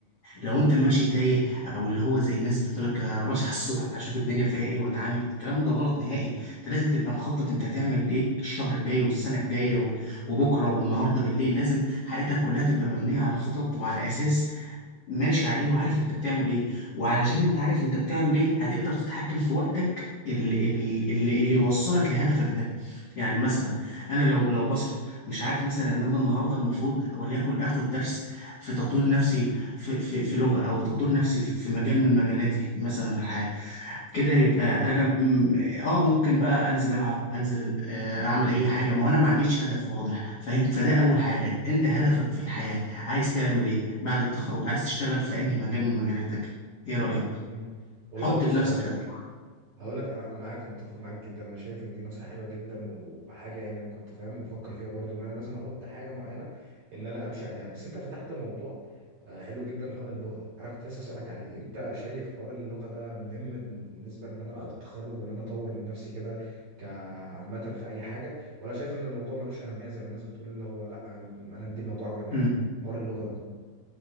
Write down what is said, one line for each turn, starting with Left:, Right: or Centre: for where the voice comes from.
Left: لو أنت ماشي تايه أو اللي هو زي الناس اللي بتقول لك أنا بصحى الصبح أشوف الدنيا فيها إيه وأتعامل الكلام ده غلط نهائي أنت لازم تبقى مخطط أنت هتعمل إيه الشهر الجاي والسنة الجاية وال- وبكرة والنهاردة بالليل لازم حياتك كلها تبقى مبنية على خطط وعلى أساس ماشي عليه وعارف انت بتعمل ايه وعلشان انت عارف انت بتعمل ايه هتقدر تتحكم في وقتك اللي, اللي, اللي يوصلك لهدفك ده يعني مثلا انا لو لو بصحى مش عارف مثلا ان انا النهارده المفروض وليكن اخد درس في تطوير نفسي في, في, في لغة او تطوير نفسي في في مجال من مجالاتي مثلا في الحياة كده يبقى انا م- اه ممكن بقى انزل العب انزل آه، اعمل اي حاجه ما هو انا ما عنديش هدف واضح فاهم فده اول حاجه انت هدفك في الحياه عايز تعمل ايه بعد التخرج عايز تشتغل في انهي مجال من مجالاتك ايه رايك
Right: مم. والله
Left: حط
Right: بص
Left: لنفسك
Right: هقول لك
Left: هدف
Right: هقول لك انا انا معاك متفق معاك جدا انا شايف ان دي نصيحه حلوه جدا وحاجه يعني انا كنت فاهم بفكر فيها برضو ان انا لازم احط حاجه معينه ان انا امشي عليها بس انت فتحت موضوع آه، حلو جدا حوار اللغه انا كنت لسه اسالك عليه انت شايف حوار اللغه ده مهم بالنسبه ان انا بعد التخرج وان انا اطور من نفسي كده كعامه في اي حاجه ولا شايف ان الموضوع ملوش اهميه زي ما الناس بتقول اللي هو لا انا أنا مدي الموضوع اكبر من
Left: مم.
Right: حجمه حوار اللغه